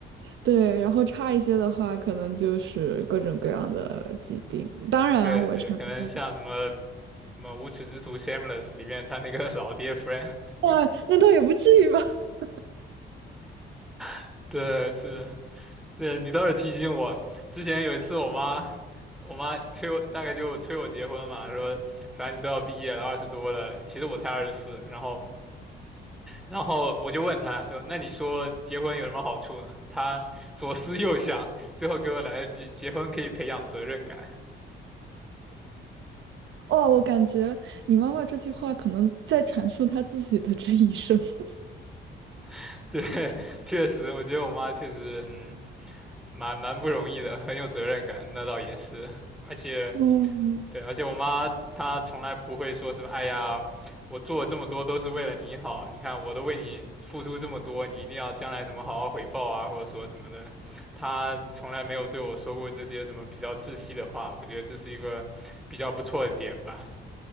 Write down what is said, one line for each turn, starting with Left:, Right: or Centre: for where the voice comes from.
Right: 对，然后差一些的话，可能就是各种各样的疾病。
Centre: <laughs>
Right: 当然，
Centre: 对对，
Right: 我承认。
Centre: 可能像什么什么无耻之徒 Shameless 里面他那个老爹 Frank，
Right: 哇，那倒也不至于吧？<laughs>
Centre: <laughs> 对，是，对，你倒是提醒我，之前有一次我妈。我妈催我，大概就催我结婚嘛，说反正你都要毕业了，二十多了，其实我才二十四，然后然后我就问他说：“那你说结婚有什么好处呢？”他左思右想，最后给我来了句：“结婚可以培养责任感。
Right: 哦，我感觉你妈妈这句话可能在阐述她自己的这一生。<laughs>
Centre: <laughs>”对，<laughs> 确实，我觉得我妈确实，嗯，蛮蛮不容易的，很有责任感，那倒也是，而且。
Right: 嗯，
Centre: 对，而且我妈她从来不会说什么，哎呀，我做了这么多都是为了你好，你看我都为你付出这么多，你一定要将来怎么好好回报啊，或者说什么的，她从来没有对我说过这些什么比较窒息的话，我觉得这是一个比较不错的点吧。